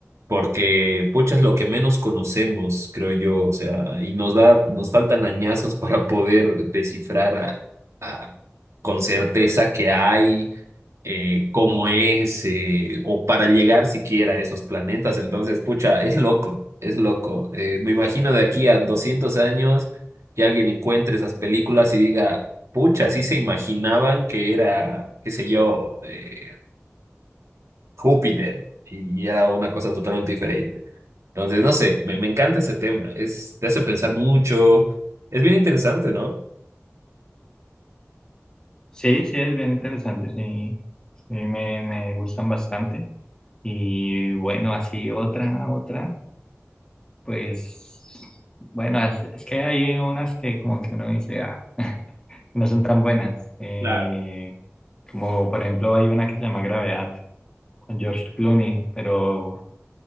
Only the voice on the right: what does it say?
porque, pucha, es lo que menos conocemos, creo yo, o sea, y nos da, nos faltan añazos <laughs> para poder descifrar a- a- con certeza qué hay, eh, cómo es, eh, o para llegar siquiera a esos planetas. Entonces, pucha, es loco, es loco. Eh, me imagino de aquí a 200 años que alguien encuentre esas películas y diga, pucha, sí se imaginaban que era, qué sé yo, eh, Júpiter y era una cosa totalmente diferente. Entonces, no sé, me, me encanta ese tema, es, te hace pensar mucho, es bien interesante, ¿no?
Claro.